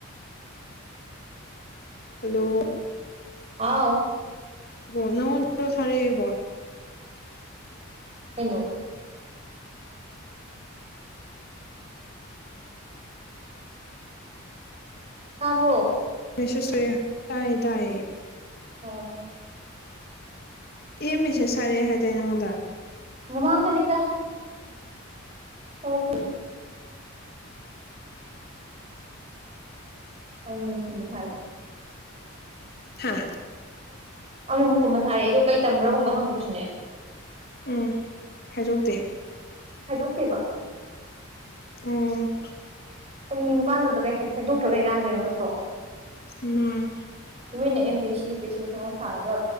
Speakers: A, on the left; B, on the right.
A: ꯍꯜꯂꯣ
B: ꯑꯥꯎ
A: ꯑꯣꯣ ꯅꯪꯉꯣ ꯅꯔ ꯊꯥꯔꯤꯑꯦꯕꯣ
B: ꯑꯩꯅꯣ ꯇꯥꯕꯣ
A: ꯃꯤꯁꯁꯔꯤ ꯍꯥꯏ ꯇꯑ
B: ꯑꯣ
A: ꯑꯦ ꯍꯃꯦꯁꯥ ꯁꯔꯦꯍꯖꯅ ꯍꯗ
B: ꯃꯃꯥꯡꯒꯅꯤꯗ ꯍ ꯍꯣꯏ ꯑꯃ ꯊꯥꯏ
A: ꯍꯥꯥ
B: ꯑꯃꯉꯃꯀꯨꯝꯕ ꯊꯥꯔꯛꯑꯦ ꯑꯗꯣꯩ ꯇꯝꯕ꯭ꯔꯥꯒꯨꯝꯕ ꯍꯪꯕ꯭ꯔꯁꯨꯅꯦ
A: ꯎꯝ ꯍꯥꯏꯗꯣꯛꯇꯦ
B: ꯈꯥꯏꯗꯣꯛꯇꯦꯕ
A: ꯎꯝ
B: ꯀ ꯌꯦꯡꯨꯀꯥꯟꯗꯣ ꯀꯩ ꯍꯥꯏ ꯍꯥꯏꯗꯣꯛꯇ꯭ꯔꯣ ꯀꯩ ꯀꯥꯟꯗꯣꯏꯅꯣ ꯅꯠꯇ꯭ꯔꯣ
A: ꯎꯝ
B: ꯅꯣꯏꯅ ꯑꯦꯝ ꯄꯤ ꯁꯤ ꯄꯁꯤꯨꯛ ꯁꯥꯔ